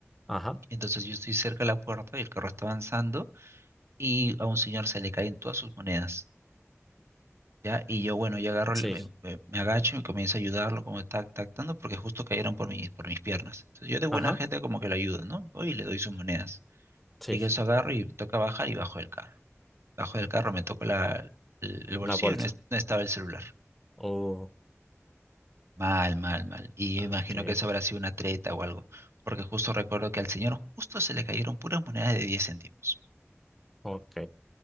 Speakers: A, in the centre; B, on the right.
A: Ajá,
B: Entonces yo estoy cerca de la puerta y el carro está avanzando y a un señor se le caen todas sus monedas. ¿ya? Y yo, bueno, yo agarro,
A: sí.
B: el- me, me- me agacho y comienzo a ayudarlo, como tac, tac, tanto, porque justo cayeron por mi, por mis piernas. Entonces yo de buena
A: Ajá,
B: gente como que lo ayudo, ¿no? Voy y le doy sus monedas.
A: sí.
B: Y que eso agarro y me toca bajar y bajo del carro. Bajo del carro, me toco la, el, el bolsillo
A: La bolsa.
B: y no, es- no estaba el celular.
A: Uh,
B: Mal, mal, mal. Y
A: ok,
B: yo imagino que eso habrá sido una treta o algo, porque justo recuerdo que al señor justo se le cayeron puras monedas de 10 céntimos.
A: ok.